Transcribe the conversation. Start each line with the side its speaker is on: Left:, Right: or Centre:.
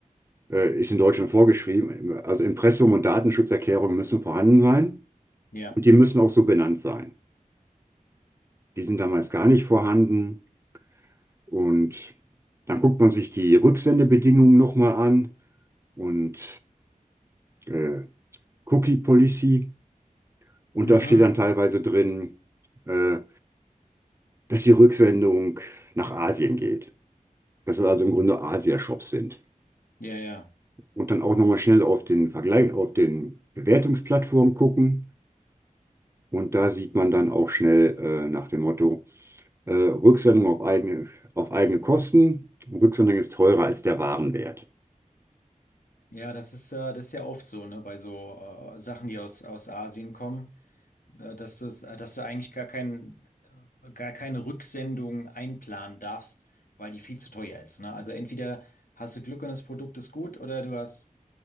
Right: äh, ist in Deutschland vorgeschrieben, also Impressum und Datenschutzerklärung müssen vorhanden sein
Left: Ja.
Right: und die müssen auch so benannt sein. Die sind damals gar nicht vorhanden und dann guckt man sich die Rücksendebedingungen nochmal an und äh, Cookie Policy und
Left: Mhm.
Right: da steht dann teilweise drin, äh, dass die Rücksendung nach Asien geht. dass das also im Grunde Asia-Shops sind.
Left: Ja, ja.
Right: Und dann auch nochmal schnell auf den Vergleich, auf den Bewertungsplattformen gucken. Und da sieht man dann auch schnell äh, nach dem Motto, äh, Rücksendung auf eigene, auf eigene Kosten. Rücksendung ist teurer als der Warenwert.
Left: Ja, das ist, äh, das ist ja oft so, ne, bei so äh, Sachen, die aus, aus Asien kommen, äh, dass das, äh, dass du eigentlich gar kein, äh, gar keine Rücksendung einplanen darfst, weil die viel zu teuer ist, ne? Also entweder hast du Glück und das Produkt ist gut oder du hast